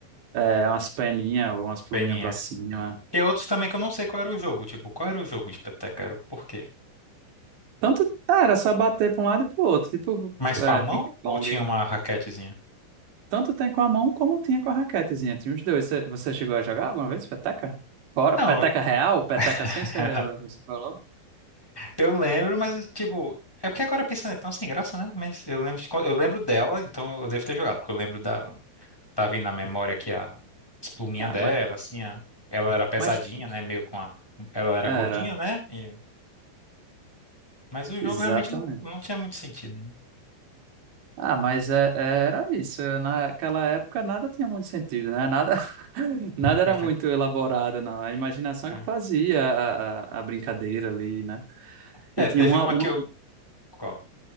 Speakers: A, on the right; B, in the centre.
A: É umas peninhas ou umas pluminhas
B: peninha.
A: pra cima.
B: E outros também que eu não sei qual era o jogo, tipo, qual era o jogo de peteca, era o porquê.
A: Tanto, é, era só bater pra um lado e pro outro, tipo
B: Mas com
A: é,
B: a mão
A: ping-pong.
B: ou tinha uma raquetezinha?
A: Tanto tem com a mão como tinha com a raquetezinha. Tinha os dois. Você, você chegou a jogar alguma vez peteca? Fora,
B: Não,
A: peteca real, peteca
B: <laughs>
A: sem, você, você falou?
B: Eu lembro, mas tipo, é porque agora pensando é tão sem graça, né? Mas eu lembro, de quan- eu lembro dela, então eu devo ter jogado, porque eu lembro da tá vindo na memória aqui a as
A: Ah,
B: dela,
A: mas,
B: assim, a- ela era pesadinha,
A: mas
B: né? Meio com a ela era
A: era,
B: gordinha, né? E- mas o jogo
A: exatamente.
B: realmente não, não tinha muito sentido, né?
A: Ah, mas é- é, era isso. Naquela época nada tinha muito sentido, né? Nada, <laughs> nada
B: <laughs>
A: era muito elaborado, não. A imaginação
B: É.
A: que fazia a, a, a brincadeira ali, né?
B: É,
A: E tinha
B: teve
A: uma,
B: uma
A: uma...
B: que eu qual?